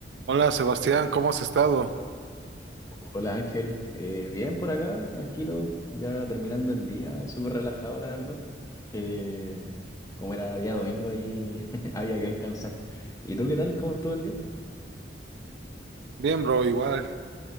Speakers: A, on the right; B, on the left.
A: Hola Sebastián, ¿cómo has estado?
B: Hola Ángel, Eh, bien por acá, tranquilo, ya terminando el día, súper relajado la verdad. Eh, como era día domingo ahí <laughs> había que descansar. ¿Y tú qué tal? ¿Cómo estuvo el día?
A: Bien, bro, igual.